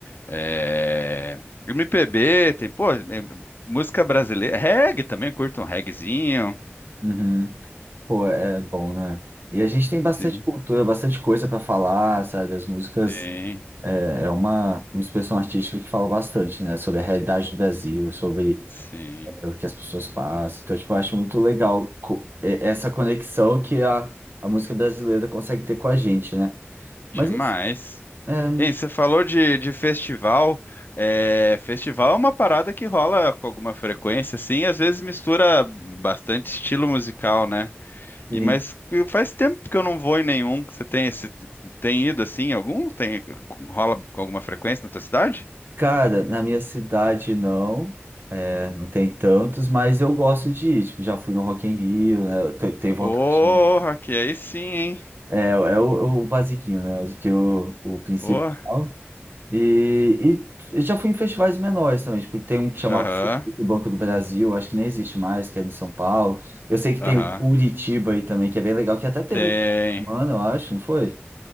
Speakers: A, on the left; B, on the right.
A: é, MPB, tem, pô, é, música brasileira, reggae também, curto um reggaezinho.
B: Uhum. Pô, é bom, né? E a gente tem bastante
A: Sim,
B: cultura, bastante coisa para falar, sabe? As músicas
A: sim,
B: é, é uma, uma expressão artística que fala bastante, né? Sobre a realidade do Brasil, sobre
A: sim,
B: é, o que as pessoas passam. Então, tipo, eu acho muito legal co- e- essa conexão que a, a música brasileira consegue ter com a gente, né? Mas,
A: demais.
B: é.
A: Hein, você falou de, de festival. É, festival é uma parada que rola com alguma frequência, assim, às vezes mistura bastante estilo musical, né?
B: Sim.
A: E mas faz tempo que eu não vou em nenhum. Você tem esse, tem ido assim, em algum? Tem rola com alguma frequência na tua cidade?
B: Cara, na minha cidade não, é, não tem tantos, mas eu gosto de ir. Tipo, já fui no Rock in Rio, né? Eu te- tenho vontade.
A: Porra,
B: de-
A: que aí sim, hein?
B: É, é o, é o basiquinho, né? Acho que o, o principal.
A: Boa.
B: E, e eu já fui em festivais menores também. Tipo, tem um que chamava
A: Aham,
B: o Banco do Brasil, acho que nem existe mais, que é em São Paulo. Eu sei que
A: aham.
B: tem o Curitiba aí também, que é bem legal, que até teve
A: Tem.
B: essa semana, eu acho, não foi?